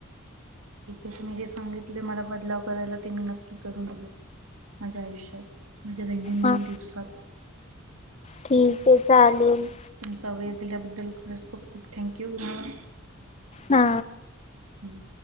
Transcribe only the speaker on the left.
हा
ठीक आहे चालेल.
हा